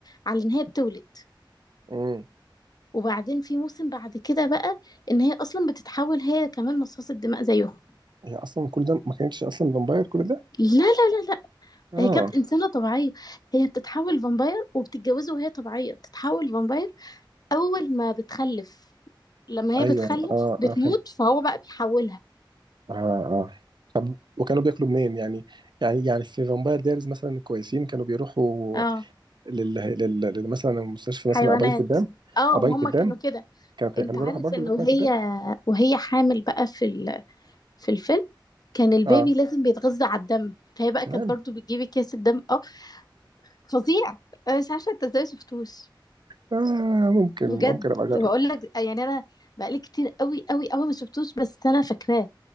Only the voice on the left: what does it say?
على ان هي بتولد
وبعدين في موسم بعد كده بقى ان هي اصلا بتتحول هي كمان مصاصة دماء زيهم
لا لا لا لا
هي كانت انسانة طبيعية هي بتتحول فامباير وبتتجوزه وهي طبيعية بتتحول فامباير اول ما بتخلف لما هي
بتخلف
بتموت
فهو بقى بيحولها
اه
حيوانات
اه
ما هم
كانوا كده
انت
عارف
ان
وهي
وهي حامل بقى في ال... في الفيلم كان البيبي
لازم بيتغذى على الدم فهي بقى
كانت برضو بتجيب اكياس الدم اه فظيع انا مش عارفه انت ازاي ما شفتوش
بجد
بقول لك يعني انا بقالي كتير قوي قوي قوي ما شفتوش بس انا فاكراه